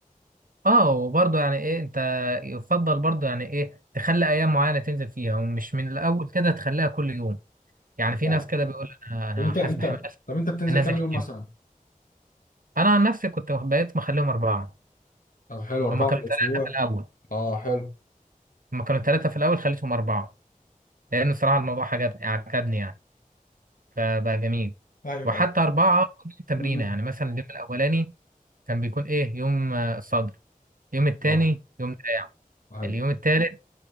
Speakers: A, on the right; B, on the left.
A: اه وبرضه يعني ايه انت يفضل برضه يعني ايه تخلي ايام معينه تنزل فيها ومش من الاول كده تخليها كل يوم يعني في
B: اه
A: ناس كده بيقول انا انا
B: طب انت
A: حاسس
B: انت
A: بحماس
B: طب انت بتنزل
A: انزل
B: كام
A: الجيم
B: يوم مثلا؟
A: انا عن نفسي كنت بقيت مخليهم اربعه
B: طب حلو أربعة
A: هما كانوا
B: في الأسبوع
A: ثلاثه في الاول
B: اه حلو
A: هما كانوا ثلاثه في الاول خليتهم اربعه لان صراحه الموضوع عجبني عجبني يعني فبقى جميل
B: ايوه
A: وحتى
B: ايوه
A: اربعه كل يوم تمرينه
B: م- م.
A: يعني مثلا اليوم الاولاني كان بيكون ايه يوم آه، الصدر اليوم التاني
B: اه
A: يوم دراع
B: ايوه
A: اليوم التالت